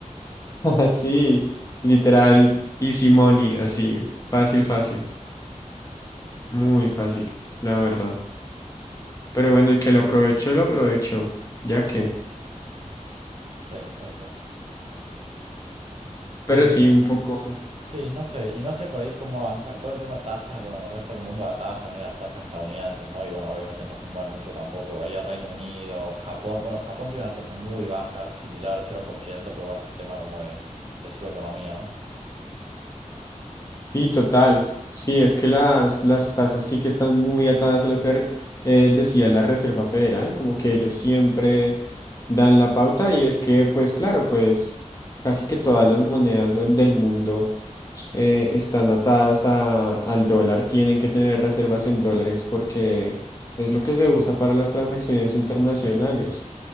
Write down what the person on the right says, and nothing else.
Sí, tal cual. Pero
Sí, no sé, y no sé por ahí cómo avanza todo el tema tasas, bueno, en el resto del mundo atadas también a las tasas estadounidenses, ¿no? Y bueno, obviamente no se mueven mucho tampoco, ahí a Reino Unido, Japón, bueno, Japón tiene una tasa muy baja, similar al cero por ciento, pero bueno, es un tema como de, de su economía, ¿no?